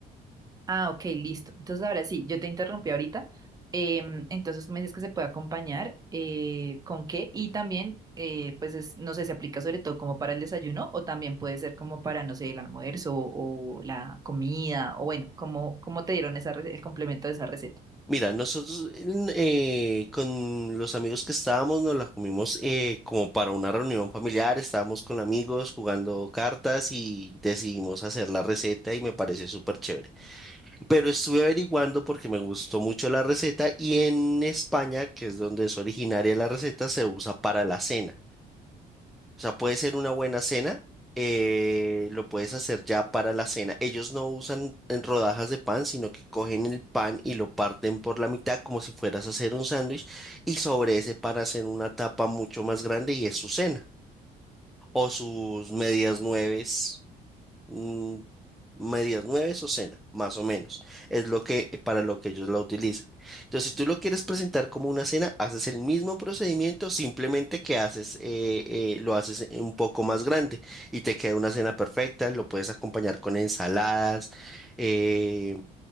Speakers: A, on the right; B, in the centre.
A: Ah, ok, listo. Entonces ahora sí, yo te interrumpí ahorita. Em, entonces tú me dices que se puede acompañar eh, con qué y también, eh, pues es- no sé, se aplica sobre todo como para el desayuno o también puede ser como para, no sé, el almuerzo o, la comida o bueno, como, cómo cómo te dieron esa, re- el complemento de esa receta?
B: Mira, nosotros eh, con los amigos que estábamos nos la comimos eh, como para una reunión familiar, estábamos con amigos jugando cartas y decidimos hacer la receta y me pareció súper chévere. Pero estuve averiguando porque me gustó mucho la receta y en España, que es donde es originaria la receta, se usa para la cena. O sea, puede ser una buena cena, eh, lo puedes hacer ya para la cena. Ellos no usan en rodajas de pan, sino que cogen el pan y lo parten por la mitad como si fueras a hacer un sándwich y sobre ese pan hacen una tapa mucho más grande y es su cena o sus medias nueves mm, medias nueves o cena, más o menos. Es lo que, para lo que ellos la utilizan. Entonces, si tú lo quieres presentar como una cena, haces el mismo procedimiento, simplemente que haces, eh, eh, lo haces un poco más grande y te queda una cena perfecta. Lo puedes acompañar con ensaladas. eh,